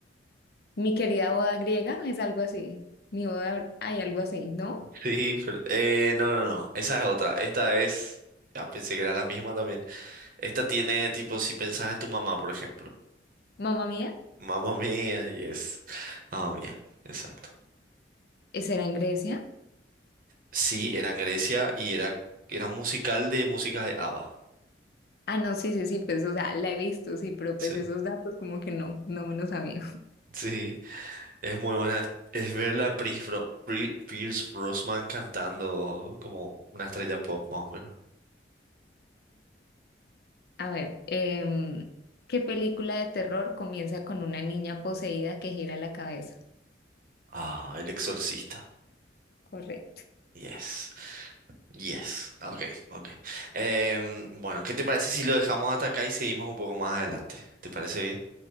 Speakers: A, on the left; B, on the right.
A: mi querida boda griega es algo así. Mi boda, hay algo así, ¿no?
B: Sí, pero- eh, no, no, no, esa es otra. Esta es, ya pensé que era la misma también. Esta tiene tipo, si pensás en tu mamá, por ejemplo.
A: Mamá mía,
B: Mamma mía, yes. Mamma mía, exacto.
A: ¿esa era en Grecia?
B: Sí, era en Grecia y era, era un musical de música de ABBA.
A: Ah, no, sí, sí, sí, pues, o sea, la he visto, sí, pero
B: Sí,
A: pues esos datos como que no, no me los sabía.
B: sí, es muy buena. Es verla a Pierce, Bro- Pri- Pierce Brosnan cantando como una estrella pop, más o menos.
A: A ver, em, ¿qué película de terror comienza con una niña poseída que gira la cabeza?
B: Ah, El Exorcista.
A: Correcto,
B: Yes. Yes, ok, ok. Em, bueno, ¿qué te parece si lo dejamos hasta acá y seguimos un poco más adelante? ¿Te parece bien?